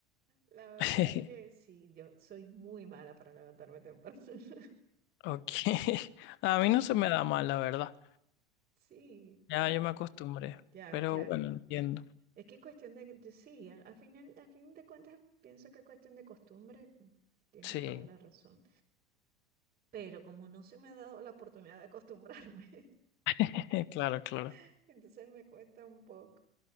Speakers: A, on the right; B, on the left.
A: La verdad
B: <laughs>
A: que sí, yo soy muy mala para levantarme temprano. <laughs>
B: Ok. <laughs> A mí no se me da mal, la verdad.
A: Sí,
B: Ya
A: bueno.
B: yo me acostumbré.
A: Ya,
B: Pero
A: claro.
B: bueno, entiendo.
A: Es que es cuestión de, de- sí, a, a final, a fin de cuentas pienso que es cuestión de costumbre, tienes
B: Sí.
A: toda la razón. Pero como no se me ha dado la oportunidad de acostumbrarme,
B: <laughs> Claro, claro.
A: <laughs> entonces me cuesta un poco.